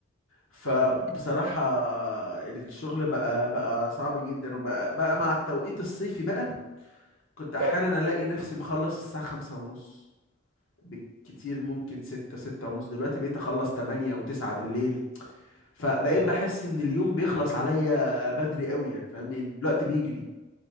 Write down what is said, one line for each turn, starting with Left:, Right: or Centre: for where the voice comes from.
Left: فبصراحة
Right: فاهم
Left: الشغل بقى بقى صعب جدا وبقى بقى مع التوقيت الصيفي بقى كنت احيانا
Right: طبعا
Left: الاقي نفسي مخلص الساعة خمسة ونص بالكتير ممكن ستة ستة ونص دلوقتي بقيت اخلص تمانية وتسعة بالليل فبقيت
Right: يا لهوي
Left: بحس ان اليوم بيخلص عليا بدري قوي يعني فاهم يعني الوقت بيجري